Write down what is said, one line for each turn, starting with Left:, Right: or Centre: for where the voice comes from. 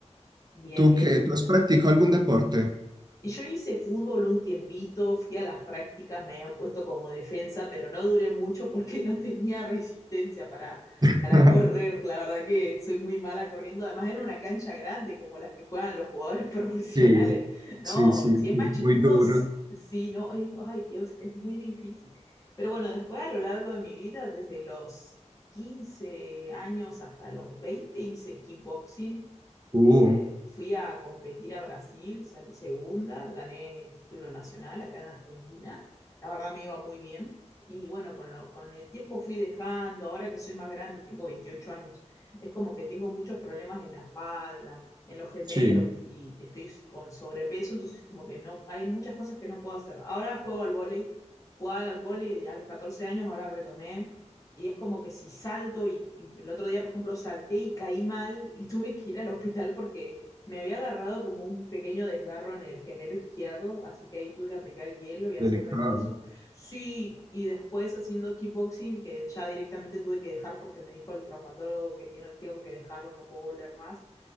Left: Bien,
Right: ¿Tú
Left: bien.
Right: qué? ¿Tú has practicado algún deporte?
Left: Y yo hice fútbol un tiempito, fui a las prácticas, me habían puesto como defensa, pero no duré mucho porque <laughs> no tenía resistencia para,
Right: <laughs>
Left: para correr. La verdad que soy muy mala corriendo. Además era una cancha grande como las que juegan los jugadores <laughs> profesionales.
Right: Sí,
Left: No,
Right: sí, sí,
Left: si es
Right: sí,
Left: más chiquitos,
Right: muy duro.
Left: sí, no, es- ay Dios, es muy difícil. Pero bueno, después a lo largo de mi vida, desde los 15 años hasta los 20, hice kickboxing
Right: Uh,
Left: eh, fui a competir a Brasil, salí segunda, gané el título nacional acá en Argentina. La verdad me iba muy bien. Y bueno, con, lo- con el tiempo fui dejando, ahora que soy más grande, tengo 28 años, es como que tengo muchos problemas en la espalda, en los gemelos
Right: sí,
Left: y estoy con sobrepeso, entonces como que no, hay muchas cosas que no puedo hacer. Ahora juego al vóley, jugaba al vóley a los 14 años, ahora retomé, y es como que si salto y, y, el otro día, por ejemplo, salté y caí mal y tuve que ir al hospital porque me había agarrado como un pequeño desgarro en el gemelo izquierdo, así que ahí tuve que aplicar el hielo y hacer
Right: delicado.
Left: reposo. Sí, y después haciendo kickboxing, que ya directamente tuve que dejar porque me dijo el traumatólogo que tiene, tengo que dejarlo, no puedo volver más,